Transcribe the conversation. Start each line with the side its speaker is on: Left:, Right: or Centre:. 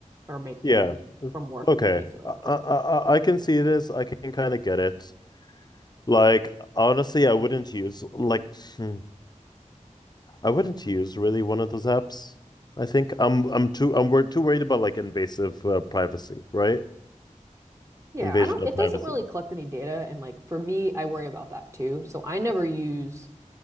Right: are making
Left: Yeah.
Right: you from work
Left: Okay.
Right: or making you feel
Left: I,
Right: that way?
Left: I I I can see this. I can kind of get it. Like honestly, I wouldn't use like hmm, I wouldn't use really one of those apps. I think I'm I'm too I'm wor too worried about like invasive uh, privacy, right?
Right: Yeah,
Left: Invasion
Right: I don't,
Left: of
Right: it
Left: privacy.
Right: doesn't really collect any data. And like, for me, I worry about that too. So I never use